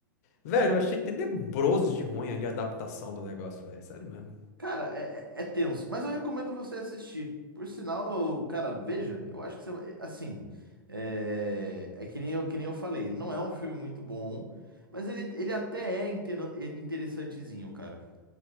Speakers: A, on the left (about 45°); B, on the right (about 90°).
A: Velho, eu achei tenebroso de ruim ali a adaptação do negócio, velho. Sério mesmo.
B: Cara, é, é é tenso, mas eu recomendo você assistir. Por sinal, cara, veja, eu acho que você vai. Assim, é, é que nem eu, que nem eu falei, não é um filme muito bom, mas ele, ele até é intera- interessantezinho, cara.